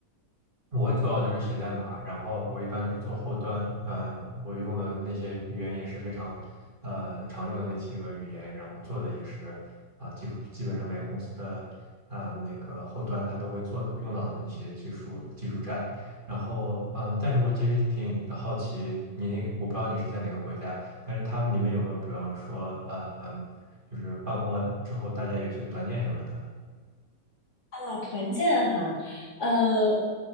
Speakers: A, on the right; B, on the left.
A: 我主要就是写代码，然后我一般就是做后端，嗯、我用的那些语言也是非常，呃，常用的那几个语言，然后做的也是啊，基基本上每个公司的，嗯、那个后端它都会做的用到的一些技术技术栈，然后嗯，但是我其实挺好奇你那个，我不知道你是在哪个国家，但是他们你们有没有比方说，呃，嗯就是办公了之后大家有些团建什么的？
B: 啊团建哈，呃，